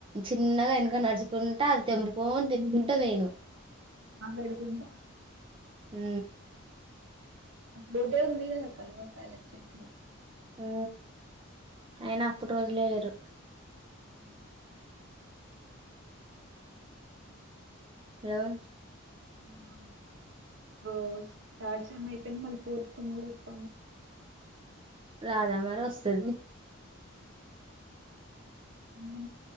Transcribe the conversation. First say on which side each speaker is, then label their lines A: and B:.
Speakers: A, on the right; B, on the right.
A: చిన్నగా వెనక నడుచుకుంటే అది తెింపుకోని తినుకుంటే పోయినం
B: మాట్లాడుతుంద
A: హ
B: గోడే ఉంది కద స కలుకాయాల చె ఇట్లు
A: ఉ అయినా అప్పుటి రోజులే వేరు
B: అ
A: హలో
B: ఆ ఓ తాచ అమ్మయిపని మళ పతు కూడా ఇస్తా
A: రాదా మరి వస్తుది
B: ము